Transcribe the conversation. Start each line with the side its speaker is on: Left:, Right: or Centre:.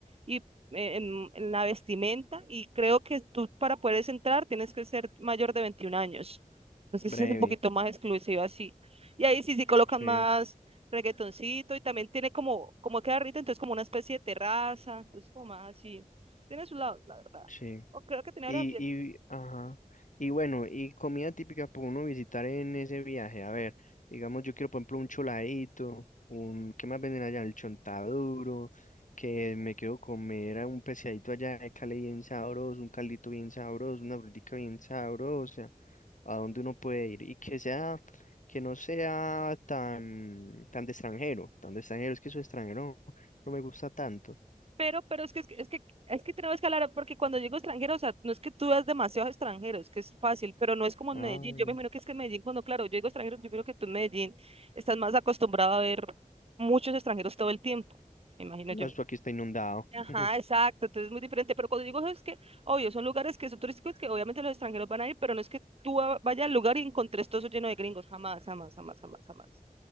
Right: y eh, en, en la vestimenta. Y creo que tú para poder entrar tienes que ser mayor de 21 años. Entonces
Left: Breve.
Right: es un poquito más exclusivo así. Y ahí sí, sí colocan
Left: Sí,
Right: más reggaetoncito y también tiene como, como queda rico, entonces como una especie de terraza, entonces como más así. Tiene su lado, la verdad.
Left: sí.
Right: O creo que tiene
Left: Y,
Right: ahora
Left: y, ajá. Y bueno, y comida típica para uno visitar en ese viaje. A ver, digamos, yo quiero, por ejemplo, un choladito, un, ¿qué más venden allá? El chontaduro, que me quiero comer a un pescadito allá de Cali bien sabroso, un caldito bien sabroso, una frutica bien sabrosa. a dónde uno puede ir y que sea, que no sea tan, tan de extranjero, tan de extranjero, es que su extranjero no me gusta tanto.
Right: Pero, pero es que, es que, es que, es que tenemos que hablar, porque cuando digo extranjero, o sea, no es que tú veas demasiados extranjeros, que es fácil, pero no es como en
Left: Ah,
Right: Medellín. Yo
Left: ya.
Right: me imagino que es que en Medellín, cuando, claro, yo digo extranjero, yo creo que tú en Medellín estás más acostumbrado a ver muchos extranjeros todo el tiempo, me imagino
Left: no,
Right: yo.
Left: esto aquí está inundado.
Right: Ajá,
Left: <laughs>
Right: exacto, entonces es muy diferente, pero cuando digo eso es que, obvio, son lugares que son turísticos que obviamente los extranjeros van a ir, pero no es que tú va- vayas al lugar y encontres todo eso lleno de gringos, jamás, jamás, jamás, jamás, jamás